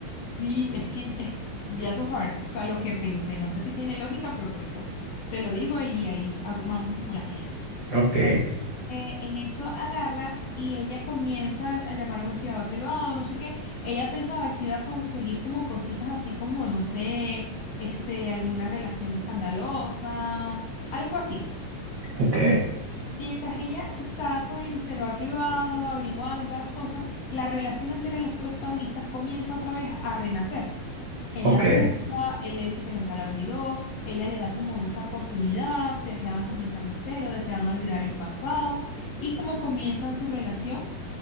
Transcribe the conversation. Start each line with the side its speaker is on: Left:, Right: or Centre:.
Left: y es que es ya tu heart, o sea, lo que pensé, no sé si tiene lógica, pero por eso te lo digo y ahí arrumamos como las ideas.
Right: Ok,
Left: eh, en eso agarra y ella comienza a llamar a un investigador privado, no sé qué. Ella pensaba que iba a conseguir como cositas así como, no sé, este, alguna relación escandalosa, algo así.
Right: ok,
Left: Mientras ella está con el investigador privado, averiguando y todas las cosas, la relación entre los protagonistas comienza otra vez a renacer. Él
Right: ok,
Left: la busca, él le dice que nunca la olvidó, ella le da como esa oportunidad de que van a comenzar de cero, de que van a olvidar el pasado y como comienzan su relación